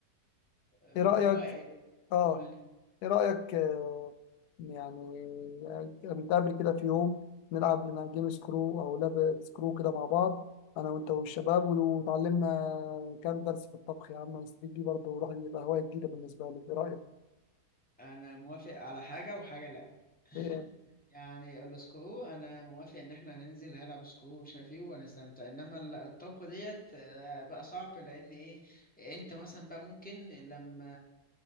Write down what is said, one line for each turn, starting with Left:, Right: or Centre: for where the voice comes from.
Centre: ما
Left: ايه رايك
Centre: هو ال-
Left: اه
Centre: يقول لي
Left: ايه رأيك آه، يعني آه، نتقابل كده في يوم نلعب لنا جيم سكرو او لاب سكرو كده مع بعض انا وانت والشباب وتعلمنا كام درس في الطبخ يا عم نستفيد بيه برضه وراح يبقى هواية جديدة بالنسبة لك ايه رأيك
Centre: انا موافق على حاجة وحاجة لا <laughs>
Left: ايه
Centre: يعني السكرو انا موافق ان احنا هننزل هنلعب سكرو ومش عارف ايه وهنستمتع انما ال- الطبخ ديت آه، بقى صعب لان ايه انت مثلا بقى ممكن لما